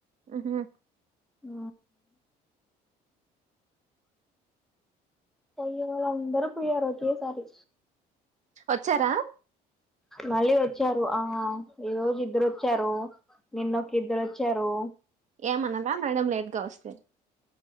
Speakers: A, on the right (about 45°); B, in the centre.
A: ఉహు
B: ఆ పోయే వాళ్ళందరూ పోయారూ ఒకేసారి
A: వచ్చారా
B: మళ్ళీ వచ్చారు ఆ ఈ రోజు ఇద్దరు వచ్చారు నిన్నొక ఇద్దరు వచ్చారు
A: ఏమనద మేడం లేట్ గా వస్తే